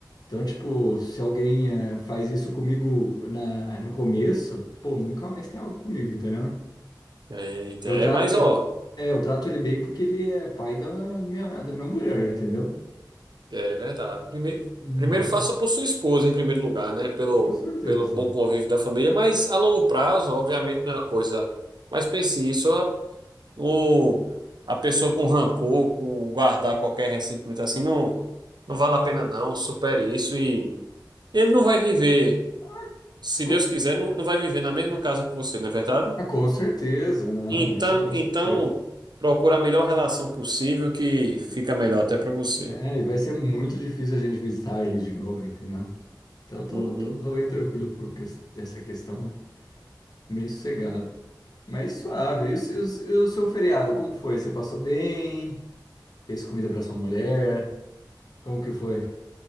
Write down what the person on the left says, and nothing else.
Então, tipo, se alguém eh, faz isso comigo na, no começo, pô, nunca mais tem algo comigo, entendeu?
Eu,
tra
eu,
é, eu trato ele bem porque ele é pai da minha, da minha mulher, entendeu?
Uhum.
Com certeza.
Ah,
Co-
Ah, com certeza, não,
isso com
certeza.
É, e vai ser muito difícil a gente visitar ele de novo, entendeu? Então eu tô,
tô, tô bem tranquilo por ques- dessa questão, né? Bem sossegado. Mas suave. E o, se- e o, se- e o seu feriado, como foi? Você passou bem? Fez comida pra sua mulher? Como que foi?